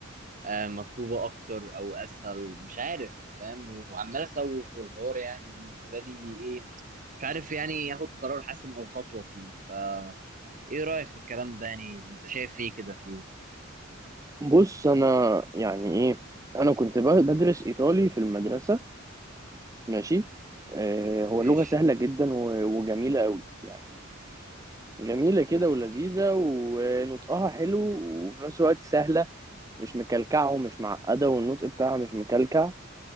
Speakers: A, on the right; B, on the right.
A: آه، مطلوبه اكتر او اسهل مش عارف فاهم وعمال اسوق والحوار يعني بالنسبه لي ايه، مش عارف يعني ياخد قرار حاسم او خطوه فيه ف ايه رايك في الكلام ده يعني انت شايف ايه كده فيه
B: بص انا يعني ايه انا كنت ب- بدرس ايطالي في المدرسه ماشي آه
A: ماشي
B: هو لغه سهله جدا و- وجميله قوي يعني جميله كده ولذيذه ونطقها حلو وفي نفس الوقت سهله مش مكلكعه ومش معقده والنطق بتاعها مش مكلكع